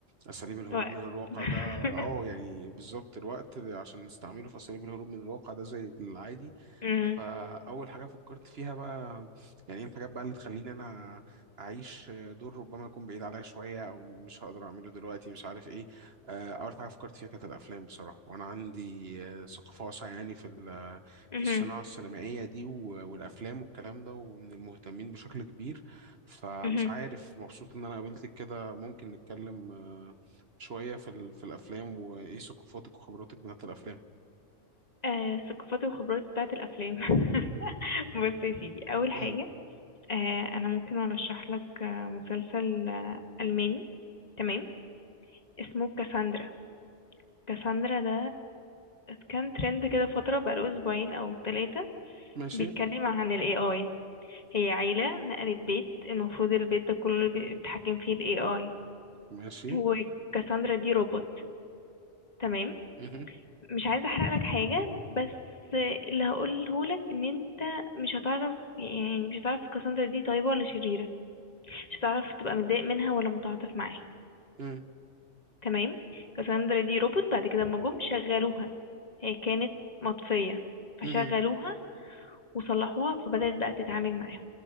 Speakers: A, on the right; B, on the left.
A: أساليب الهروب
B: وقت
A: من الواقع
B: <laughs>
A: ده أه يعني بالظبط الوقت اللي عشان نستعمله في أساليب الهروب من الواقع ده زي العادي
B: اها
A: فأول حاجة فكرت فيها بقى يعني إيه الحاجات بقى اللي تخليني أنا اعيش دور ربما يكون بعيد عليا شويه او مش هقدر اعمله دلوقتي مش عارف ايه آه، اول حاجه فكرت فيها كانت الافلام بصراحه وانا عندي آه، ثقافه واسعه يعني في ال-
B: اها
A: في الصناعه السينمائيه دي و- والافلام والكلام ده ومن المهتمين بشكل كبير فمش
B: اها
A: عارف
B: <laughs>
A: مبسوط ان انا قابلتك كده ممكن نتكلم آه، شويه في ال- في الافلام وايه ثقافاتك وخبراتك بتاعت الافلام
B: آه، الثقافات والخبرات بتاعة الأفلام <laughs> بص يا سيدي أول
A: <clears throat>
B: حاجة
A: مم.
B: آه، أنا ممكن أرشح لك آه، مسلسل آه، ألماني تمام اسمه كاساندرا كاساندرا ده كان ترند كده فترة بقاله أسبوعين أو ثلاثة
A: ماشي
B: بيتكلم عن ال AI هي عيلة نقلت بيت المفروض البيت ده كله بي- بيتحكم فيه ال AI
A: ماشي
B: وكاساندرا دي روبوت تمام
A: مهم.
B: مش عايزه احرق لك حاجه بس اللي هقوله لك ان انت مش هتعرف يعني مش هتعرف كاساندرا دي طيبه ولا شريره مش هتعرف تبقى متضايق منها ولا متعاطف معاها
A: مهم.
B: تمام كاساندرا دي روبوت بعد كده لما جم شغلوها هي كانت مطفيه فشغلوها
A: مهم.
B: وصلحوها فبدات بقى تتعامل معاهم